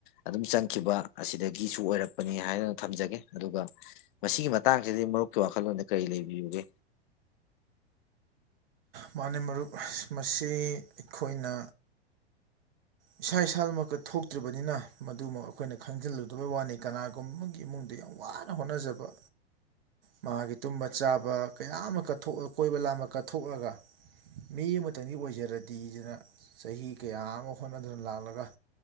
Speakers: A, on the left; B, on the right.
A: ꯑꯗꯨꯝ ꯆꯪꯈꯤꯕ ꯑꯁꯤꯗꯒꯤꯁꯨ ꯑꯣꯏꯔꯛꯄꯅꯤ ꯍꯥꯏꯅ ꯊꯝꯖꯒꯦ ꯑꯗꯨꯒ ꯃꯁꯤꯒꯤ ꯃꯇꯥꯡꯁꯤꯗꯤ ꯃꯔꯨꯞ ꯋꯥꯈꯜꯂꯣꯟꯗ ꯀꯔꯤ ꯂꯩꯕꯤꯌꯨꯒꯦ
B: ꯃꯥ ꯃꯔꯨꯞ ꯃꯁꯤ ꯑꯩꯈꯣꯏꯅ ꯏꯁꯥ ꯏꯁꯥꯃꯛ ꯀꯠ ꯊꯣꯛꯇ꯭ꯔꯤꯕꯅꯤꯅ ꯃꯗꯨꯃꯛ ꯑꯩꯈꯣꯏꯅ ꯈꯪꯖꯤꯜꯂꯨꯗꯕꯩ ꯋꯥꯅꯤ ꯀꯅꯥꯒꯨꯝꯕꯒꯤ ꯏꯃꯨꯡꯗ ꯌꯥꯝ ꯋꯥꯅ ꯍꯣꯠꯅꯖꯕ ꯃꯥꯒꯤ ꯇꯨꯝꯕ ꯆꯥꯕ ꯀꯌꯥ ꯑꯃ ꯀꯑ ꯀꯣꯏꯕ ꯂꯥꯃ ꯀꯠꯊꯣꯛꯂꯒ ꯃꯤ ꯑꯃꯇꯪꯗꯤ ꯑꯣꯏꯖꯔꯗꯤꯗꯅ ꯆꯍꯤ ꯀꯌꯥ ꯑꯃ ꯍꯣꯠꯅꯗꯨꯅ ꯂꯥꯛꯂꯒ